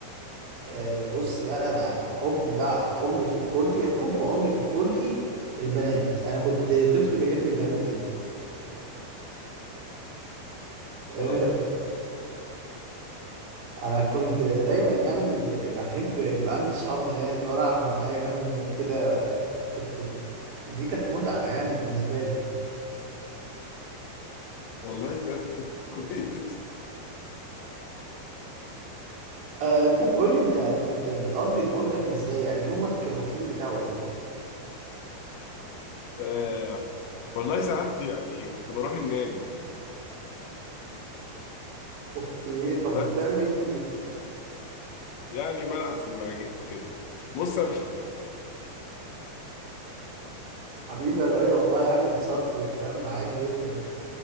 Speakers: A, on the right; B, on the left.
A: آه بص بقى انا حب بقى عمري في طفولتي حب عمري في طفولتي البنات انا كنت طفل بيحب البنات جدا آه،
B: آه،
A: انا كنت دايما يعني بحب يبقى عندي صحاب بنات والعب معاهم وكده كنت دي كانت متعة يعني بالنسبة لي
B: والله بلد كوي- <laughs> كويس
A: أه طب قول لي انت كنت بتقضي طفولتك ازاي يعني يومك الروتين بتاعه ايه
B: آه والله ساعات يعني كنت بروح النادي
A: اوكي طب
B: بس
A: وبتعمل ايه بالليل
B: يعني بلعب في المراجيح وكده بص أنا مش-
A: حبيبي يا لؤي والله يعني انبسطت
B: <laughs>
A: بالكلام معاك جدا